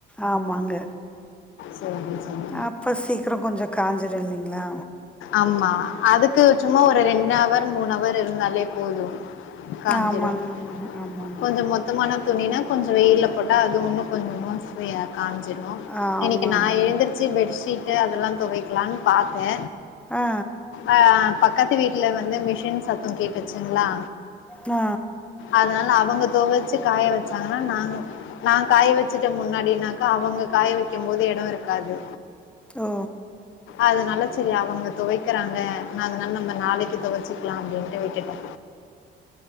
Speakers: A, in the centre; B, on the left.
A: ஆமாங்க
B: செரி செரி
A: அப்ப சீக்கிரோ கொஞ்சோ காஞ்சிடு இல்லைங்களா
B: ஆமா அதுக்கு சும்மா ஒரு ரெண்டு அவ ர் மூணு அவர் இருந்தாலே போது காஞ்சிடும்
A: ஆமாங்க ஆமாங்க
B: கொஞ்சோ மொத்தமானா துணினா கொஞ்சோ வெய்யில போட்டா அது இன்னு கொஞ்சோ <unintelligible> ஆகு காஞ்சிரு
A: ஆமாங்க
B: இன்னக்கி
A: ஆமாங்க
B: நா எந்திருச்சு பெட்ஷீட்டு அ தெல்லா தொவக்கலான் பாத்தே
A: ஆ
B: ஆ பக்கத்து வீட்டுல வ ந்து மிஷின் சத்தோ கேட்டுச்சுங்களா
A: ஆ
B: அதனால அவுங்க துவச்சு காய வச்சாங்கன்னா நாங்க நா காய வச்சுட்ட முன்னாடினாக்க அவுங்க காய வ க்கி போது எடம் இருக்காது
A: ஓ
B: அதனால செரி அவுங்க தொவைக்கிறாங்க நா அதனால நம்ம நாளைக்கி தொவைச்சிக்கலா அப்டின்ட்டு விட்டுட்டே